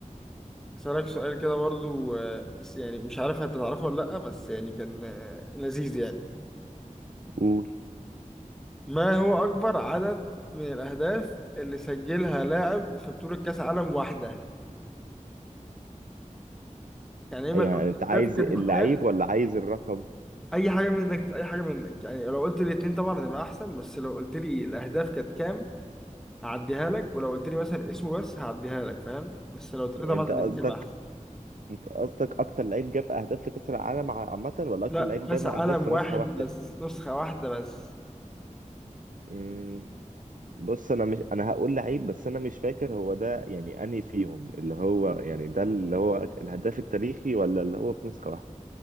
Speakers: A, in the centre; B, on the right.
A: أسألك سؤال كده برضو آه، يعني مش عارف هتتعرفه ولا لأ بس يعني كان آه، لذيذ يعني
B: قول
A: ما هو أكبر عدد من الأهداف اللي سجلها لاعب في بطولة كأس عالم واحدة يعني إيه ما
B: يعني انت عايز
A: الأهداف كانت
B: اللعيب
A: كام
B: ولا عايز الرقم
A: اي حاجه منك اي حاجه منك يعني لو قلت لي الاتنين طبعا هتبقى احسن بس لو قلت لي الاهداف كانت كام هعديها لك ولو قلت لي مثلا اسمه بس هعديها لك فاهم بس لو قلت لي
B: انت
A: طبعا الاتنين
B: قصدك
A: يبقى احسن
B: انت قصدك اكتر لعيب جاب اهداف في كاس العالم ع- عامه ولا اكتر
A: لا
B: لعيب
A: كاس
B: جاب اهداف
A: عالم
B: في نسخه
A: واحد
B: واحده
A: بس نسخه واحده بس
B: مم، بص انا مش انا هقول لعيب بس انا مش فاكر هو ده يعني انهي فيهم اللي هو يعني ده اللي هو أك- الهداف التاريخي ولا اللي هو في نسخه واحده